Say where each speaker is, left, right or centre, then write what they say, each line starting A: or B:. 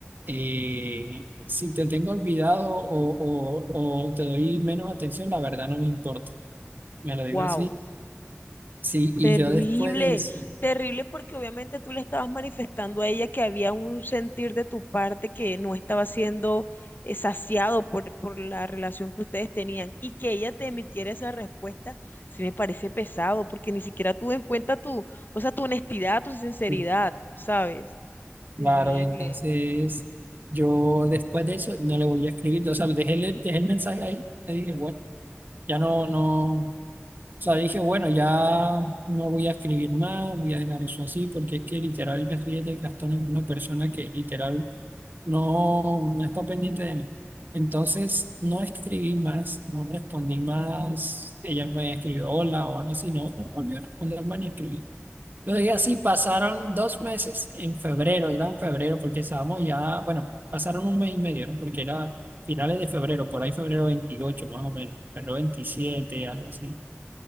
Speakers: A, on the right; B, on the left.
A: eh, si te tengo olvidado o, o, o te doy menos atención, la verdad no me importa, me lo digo
B: Wow.
A: así, sí, y
B: Terrible,
A: yo después de eso.
B: terrible porque obviamente tú le estabas manifestando a ella que había un sentir de tu parte que no estaba siendo eh, saciado por, por la relación que ustedes tenían y que ella te emitiera esa respuesta, sí me parece pesado porque ni siquiera tuvo en cuenta tu, o sea, tu honestidad, tu sinceridad,
A: sí,
B: ¿sabes?
A: Claro,
B: Terrible.
A: entonces yo después de eso no le volví a escribir, o sea, dejé, el- dejé el mensaje ahí, le dije, bueno, ya no, no, o sea, dije, bueno, ya no voy a escribir más, voy a dejar eso así, porque es que literal me estoy desgastando con una persona que literal no, no está pendiente de mí. Entonces no escribí más, no respondí más, ella me escribió hola o algo así, no, no volvió a responderme ni escribir. Lo dije así, pasaron dos meses en febrero, era en febrero porque estábamos ya, bueno, pasaron un mes y medio, ¿no? Porque era finales de febrero, por ahí febrero 28 más o menos, febrero 27 algo así.